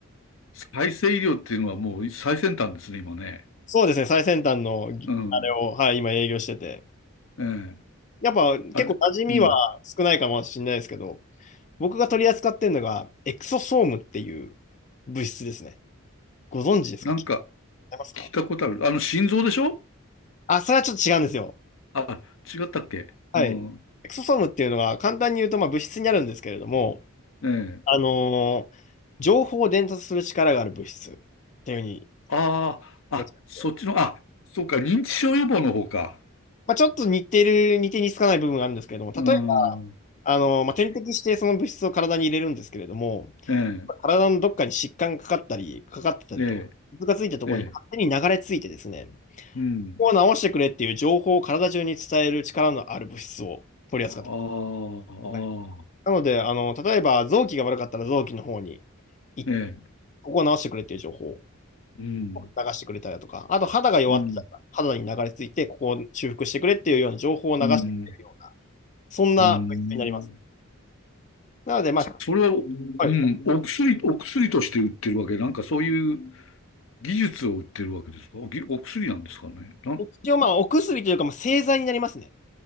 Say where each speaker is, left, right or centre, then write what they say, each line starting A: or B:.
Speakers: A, on the left (about 65°); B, on the left (about 35°).
A: 再生医療っていうのはもう最先端ですね、今ね。
B: そうですね、最先端の、ぎあれを、
A: うん。
B: はい、今営業してて。
A: ええ。
B: やっぱ、結構馴染みは少ないかもしれないですけど、
A: あれ、うん。
B: 僕が取り扱ってるのが、エクソソームっていう物質ですね。ご存知ですか聞い
A: なんか
B: てますか
A: 聞いたことある。あの、心臓でしょ
B: あ、それはちょっと違うんですよ。
A: あ、違ったっけうん。
B: はい。エクソソームっていうのが、簡単に言うと、まあ、物質になるんですけれども、
A: ええ。
B: あのー情報を伝達する力がある物質っていうふうに言
A: ああ、
B: われてて、
A: あ、そっちの、あ、そうか、認知症予防の方か。
B: まあ、ちょっと似てる、似て似つかない部分があるんですけれども、例えば、
A: うん。
B: あのーまあ、点滴してその物質を体に入れるんですけれども、
A: ええ、
B: 体のどっかに疾患がかかったり、かかってたりとか、
A: え
B: 傷がついたところに勝手に流れ着いてですね、
A: え、ええ、うん。
B: ここを治してくれっていう情報を体中に伝える力のある物質を取り扱ってます。
A: ああ、
B: はい
A: ああ、
B: なので、あの、例えば臓器が悪かったら臓器の方に、い
A: ええ、
B: ここを治してくれっていう情報。
A: うん、
B: 流してくれたりだとか、あと肌が弱ってたら、
A: うん、
B: 肌に流れ着いて、ここを修復してくれっていうような情報を流してくれるような、
A: うん、
B: そんな物質になりますね。
A: うん。
B: なので、まあ、
A: それは、うん、
B: はい
A: お薬、お薬として売ってるわけ、なんかそういう技術を売ってるわけですかお、ぎお薬なんですかね。なん、
B: 一応、まあ、お薬というか、まあ、製剤になりますね。